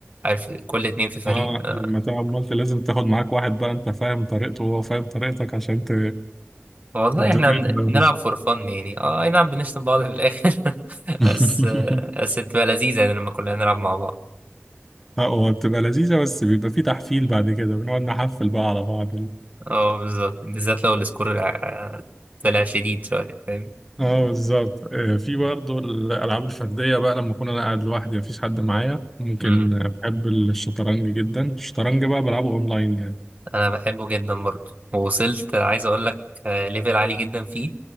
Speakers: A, on the right; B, in the centre.
A: عارف كل اتنين في فريق
B: اه
A: آه.
B: لما تلعب مالتي لازم تاخد معاك واحد بقى أنت فاهم طريقته وهو فاهم طريقتك عشان ت...
A: والله
B: الدنيا
A: احنا بن-
B: تبقى ماشية
A: بنلعب فور فن يعني اه أي نعم بنشتم بعض في الاخر <laughs>
B: <laughs>
A: بس بس بتبقى لذيذة يعني لما كلنا نلعب مع بعض
B: اه هو بتبقى لذيذة بس بيبقى في تحفيل بعد كده بنقعد نحفل بقى على بعض
A: اه بالظبط بالذات لو السكور ع- طلع شديد شوية فاهم
B: اه بالظبط آه، في برضه الالعاب الفرديه بقى لما اكون انا قاعد لوحدي مفيش حد معايا ممكن
A: مم.
B: آه، بحب الشطرنج جدا الشطرنج بقى بلعبه اونلاين يعني
A: أنا بحبه جدا برضه ووصلت عايز أقول لك آه، ليفل عالي جدا فيه